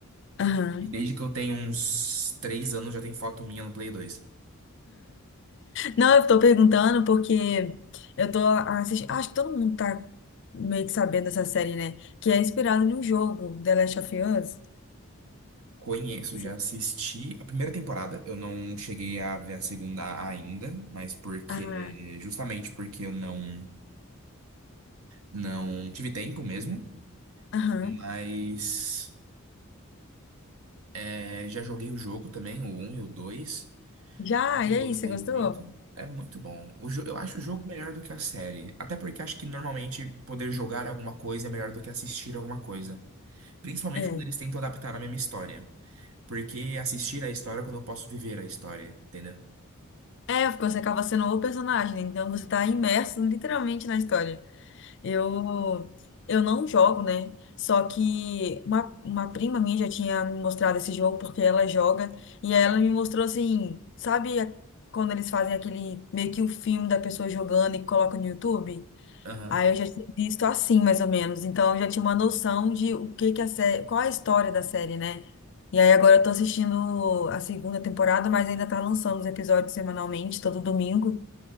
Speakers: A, on the left; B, on the right.
A: Aham.
B: E desde que eu tenho uns 3 anos, já tem foto minha no Play 2.
A: Não, eu tô perguntando porque eu tô assistindo, acho que todo mundo tá meio que sabendo dessa série, né? Que é inspirado num jogo, The Last of Us.
B: Conheço,
A: Você-
B: já assisti a primeira temporada. Eu não cheguei a ver a segunda ainda, mas porque,
A: Ah,
B: justamente porque eu não, não tive tempo mesmo.
A: aham.
B: Mas é, já joguei o jogo também, o um e o dois
A: Já,
B: Eu
A: e aí,
B: gostei
A: você gostou?
B: muito. É muito bom. O jo- eu acho o jogo melhor do que a série. Até porque acho que normalmente poder jogar alguma coisa é melhor do que assistir alguma coisa. Principalmente
A: É.
B: quando eles tentam adaptar a mesma história. Porque assistir a história é quando eu posso viver a história, entendeu?
A: É, porque você acaba sendo o personagem, né? então você tá imerso literalmente na história. Eu, eu não jogo, né? Só que uma, uma prima minha já tinha me mostrado esse jogo porque ela joga. E aí ela me mostrou assim, sabe a- quando eles fazem aquele meio que o filme da pessoa jogando e colocam no YouTube?
B: Aham.
A: Aí eu já tinha visto assim, mais ou menos. Então eu já tinha uma noção de o que que a série, qual a história da série, né? E aí agora eu tô assistindo a segunda temporada, mas ainda tá lançando os episódios semanalmente, todo domingo.